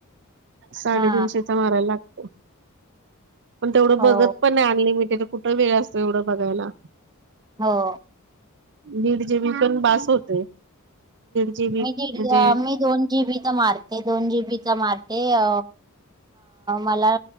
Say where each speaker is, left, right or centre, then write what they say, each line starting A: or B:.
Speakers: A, on the right; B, on the right.
A: साडेतीनशेचा
B: हा
A: मारायला लागत. पण तेवढं बघत
B: हो
A: पण नाही अनलिमिटेड कुठ वेळ असतोय एवढ बघायला.
B: हो
A: दीड जीबी पण बास होतोय. जीबी
B: मी दिड,
A: म्हणजे
B: मी दोन जीबी चा मारते, दोन जीबीचा मारते अ मला,